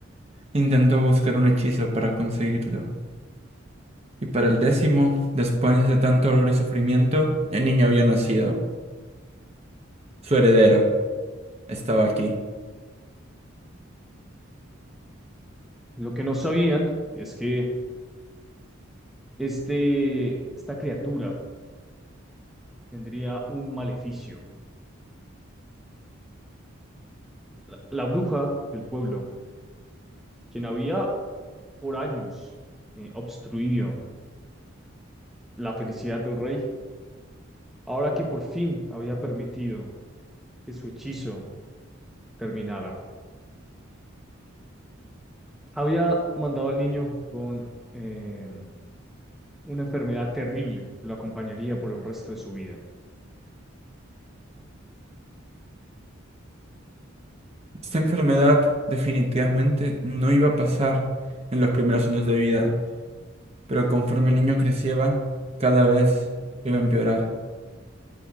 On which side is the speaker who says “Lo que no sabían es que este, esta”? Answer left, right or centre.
Centre